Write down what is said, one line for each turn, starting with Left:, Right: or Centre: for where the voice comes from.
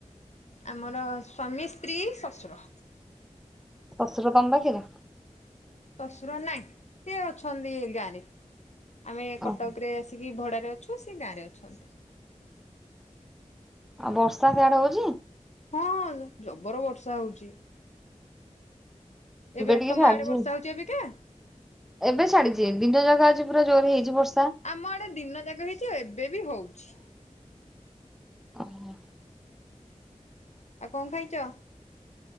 Left: ଆମର ସ୍ଵାମୀ, ସ୍ତ୍ରୀ, ଶଶୁର।
Centre: ଶଶୁର ତମ ପାଖରେ?
Left: ଶଶୁର ନାଇଁ ସିଏ ଅଛନ୍ତି ଏ ଗାଁ ରେ। ଆମେ କଟକ
Centre: ଓହୋ
Left: ରେ ଆସିକି ଭଡ଼ାରେ ଅଛୁ ସେ ଗାଁ ରେ ଅଛନ୍ତି।
Centre: ଆଉ ବର୍ଷା ସେଆଡେ ହୋଉଚି?
Left: ହଁ ଜବର ବର୍ଷା ହୋଉଚି। ଏବେ
Centre: ଟିକେ
Left: ତମ
Centre: ଛାଡିଛି।
Left: ଆଡ଼େ ବର୍ଷା ହୋଉଚି ଏ ବିିକା?
Centre: ଏବେ ଛାଡ଼ିଚି ଦିନ ଜାକ ଅଛି ପୁରା ଜୋରରେ ହେଇଚି ବର୍ଷା।
Left: ଆମ ଆଡ଼େ ଦିନ ଯାକ ହେଇଚି ଆଉ ଏବେ ବି ହୋଉଚି।
Centre: ଓହୋ।
Left: ଆଉ କଣ ଖାଇଚ?